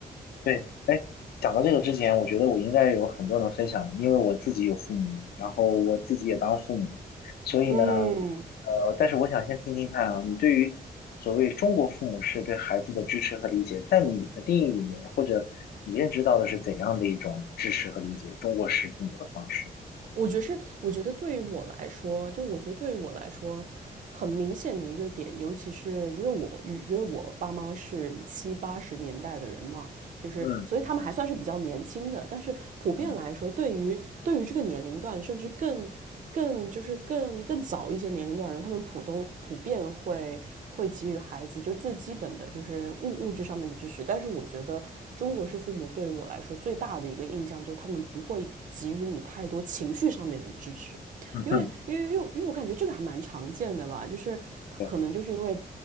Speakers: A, on the left; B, on the right.
A: 对，哎，讲到这个之前，我觉得我应该有很多能分享的，因为我自己有父母，然后我自己也当父母，所以呢，
B: 嗯
A: 呃，但是我想先听听看啊，你对于所谓中国父母是对孩子的支持和理解，在你的定义里面，或者你认知到的是怎样的一种支持和理解中国式父母的方式？
B: 我觉得是，我觉得对于我来说，就我觉得对于我来说，很明显的一个点，尤其是因为我因为我爸妈是七八十年代的人嘛，就是所以他们还算是比较年轻的，
A: 嗯
B: 但是普遍来说，
A: 嗯
B: 对于对于这个年龄段，甚至更更就是更更早一些年龄段的人，他们普通普遍会会给予孩子就最基本的就是物物质上面的支持。但是我觉得中国式父母对我来说最大的一个印象就是他们不会给予你太多情绪上面的支持，
A: 嗯嗯，
B: 因为因为因为因为我感觉这个还蛮常见的吧，就是可能就是因为
A: 对